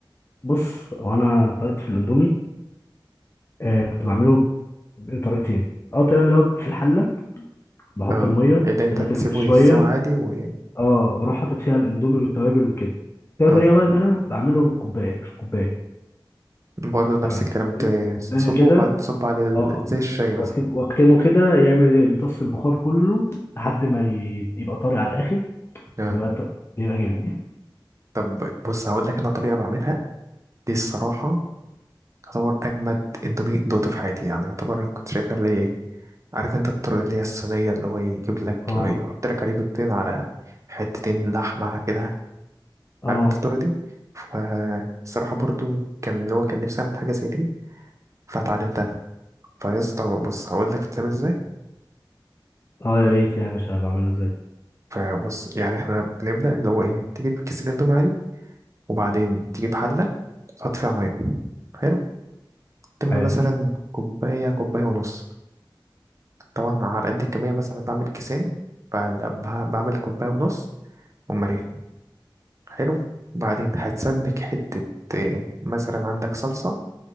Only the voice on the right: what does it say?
مم.
اه
اللي
انت تسيبه
يستوي عادي و
اه
برضه نفس
الكلام ت-
تصبه
وبعدين تصب عليه ال-
زي الشاي
مثلا
اه
طب بص هقول لك انا طريقه بعملها دي الصراحه تعتبر اجمد اندومي دوقته في حياتي يعني يعتبر أنا كنت شايفها اللي هي عارف انت الطريقه اللي هي الصينيه اللي هو يجيب لك
يحط لك عليه بيضتين على حتتين لحمه كده
عارف انت الطريقة دي فالصراحة برضو كان اللي هو كان نفسي اعمل حاجة زي دي فاتعلمتها فيا اسطى بص هقول لك بتتعمل ازاي
فبص يعني احنا بنبدأ اللي هو ايه تجيب كيس الاندومي عادي وبعدين تجيب حلة تحط فيها مية حلو تملى
مثلا كوباية كوباية ونص طبعا على قد الكمية مثلا بعمل كيسين فبعمل كوباية ونص ومليان حلو بعدين هتسبك حتة إيه، مثلا عندك صلصة